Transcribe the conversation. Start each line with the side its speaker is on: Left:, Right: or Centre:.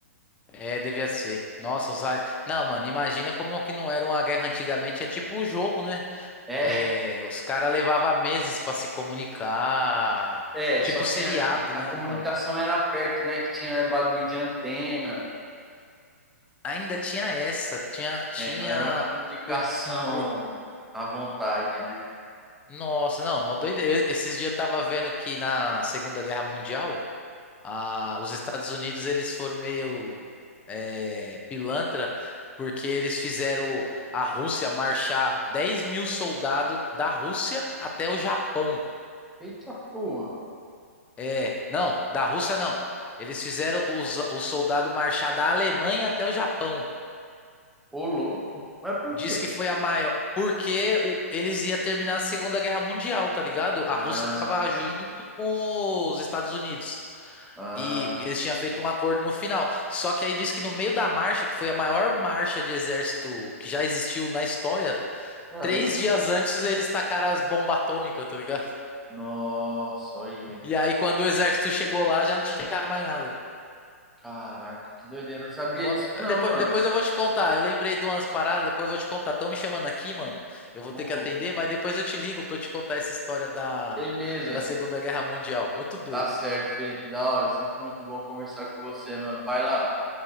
Left: É, devia ser. Nossa, os... ra- Não, mano, imagina como que não era uma guerra antigamente. É tipo o jogo, né?
Centre: É,
Left: É, os caras levavam meses pra se comunicar.
Centre: é, só
Left: Tipo
Centre: tinha
Left: seriado,
Centre: a
Left: né,
Centre: comunicação
Left: mano?
Centre: era perto, né, que tinha bagulho de antena,
Left: Ainda tinha essa. Tinha. Tinha.
Centre: é, não era uma comunicação
Left: Por... por-
Centre: à vontade, né?
Left: Nossa, não, uma doideira. Esses dias eu tava vendo que na Segunda Guerra Mundial. Ah, os Estados Unidos eles foram meio é, pilantra porque eles fizeram a Rússia marchar dez mil soldados da Rússia até o Japão.
Centre: Eita porra,
Left: É, não, da Rússia não. Eles fizeram os, os soldados marchar da Alemanha até o Japão.
Centre: ô louco. Mas por
Left: Diz
Centre: quê?
Left: que foi a maior. Porque o- eles iam terminar a Segunda Guerra Mundial, tá ligado? A
Centre: Ah,
Left: Rússia tava junto com os Estados Unidos.
Centre: ah,
Left: E porque eles tinham feito um acordo no final. Só que aí diz que no meio da marcha, que foi a maior marcha de exército que já existiu na história,
Centre: caramba.
Left: três dias antes eles tacaram as bombas atômicas, tá ligado?
Centre: Nossa, olha.
Left: E aí quando o exército chegou lá, já não tinha mais nada.
Centre: Caraca, que doideira, não sabia
Left: É mó
Centre: disso
Left: do-
Centre: não,
Left: Depois,
Centre: mano.
Left: depois eu vou te contar. Eu lembrei de umas paradas, depois eu vou te contar. Estão me chamando aqui, mano. Eu vou
Centre: O
Left: ter que atender, mas depois eu te ligo pra eu te contar essa história da,
Centre: Beleza.
Left: da Segunda Guerra Mundial. Muito doido.
Centre: Tá certo, Felipe. Da hora. Sempre muito bom conversar com você, mano. Vai lá.